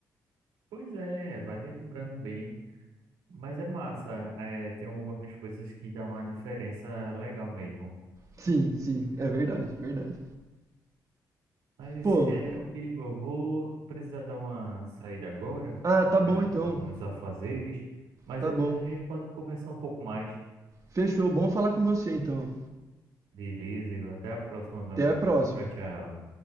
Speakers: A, on the right; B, on the right.
A: Pois é, vai lembrando bem. Mas é massa, é, tem algumas coisas que dão uma diferença legal mesmo.
B: Sim, sim, é verdade, verdade.
A: Mas,
B: Pô,
A: é, ô Igor, eu vou precisar dar uma saída agora,
B: ah, tá
A: vou precisar
B: bom então,
A: fazer uns afazeres, mas
B: tá
A: depois
B: bom.
A: a gente pode conversar um pouco mais.
B: Fechou, bom falar com você então.
A: Beleza, Igor, até a próxima, meu
B: Até
A: amigo.
B: a próxima.
A: Tchau, tchau.